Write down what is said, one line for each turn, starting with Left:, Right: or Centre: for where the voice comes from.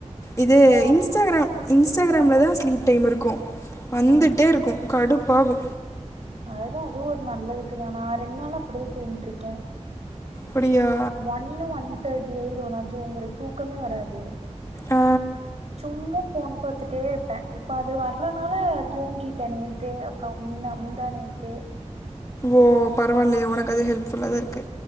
Left: இது
Right: போ
Left: இன்ஸ்டாகிராம் இன்ஸ்டாகிராம்ல
Right: ஆ
Left: தா ஸ்லீப் டைம் இருக்கோ வந்துட்டே
Right: ஆ
Left: இருக்கு கடுப்பாகு
Right: அதுதா அதுவு ஒரு நல்லதுக்குதா நா ரெண்ட் நாளா அப்டிதா தூங்கிட்ருக்கே
Left: அப்டியா
Right: ஒன்னு ஒன் தேர்டி ஆயிரு நா தூங்கறத் தூக்கமே வராது
Left: ஆ
Right: சும்மா போன் பாத்துட்டே இருப்பே இப்போ அது வர்றனால தூங்கிட்டே நேத்தே அக்கம் முன்னா முந்தா நேத் தே
Left: ஓ பரவாயில்லையா உனக்கு அது ஹெல்ப்ஃபுல்லா தா இருக்கு